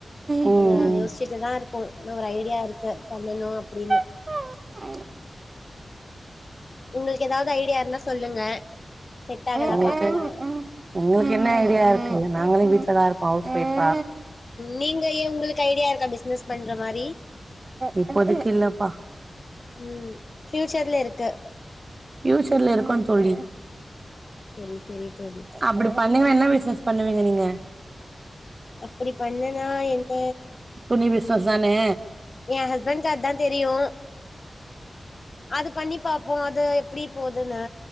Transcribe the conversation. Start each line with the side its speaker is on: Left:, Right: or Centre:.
Right: ம்
Left: அத யோசிச் <unintelligible> தா இருக்கு னு ஒரு ஐடியா இருக்கு பண்ணணு அப்டின்னு
Right: <inaudible>
Left: உங்களுக்கு ஏதாவ்து ஐடியா இருந்தா சொல்லுங்க செட் ஆகுதா
Right: உனக்கு
Left: பாக்கலா
Right: எங்களுக்கு என்ன ஐடியா இருக்கு நாங்களும் வீட்டு்லதா இருக்கோம் ஹவுஸ்வொய்ஃப்ப
Left: நீங்க ஏ உங்களுக்கு ஐடியா இருக்கா பிசினஸ் பண்ற மாரி
Right: இப்போதைக்கு இல்லப்பா
Left: ம் ஃபியூச்சர்ல இருக்கு
Right: ஃபியூச்சர்ல இருக்கும் தோழி
Left: செரி செரி தோழி
Right: அப்பிடி பண்ணீங்கன்னா என்ன பிசினஸ் பண்ணுவீங்க நீங்க
Left: அப்பிடி பண்ணனா என்ன
Right: துணி பிசினஸ் தானே
Left: எ ஹஸ்பண்ட்கு அத் தான் தெரியூ அது பண்ணி பாப்போ அது எப்பிடி போதுன்னு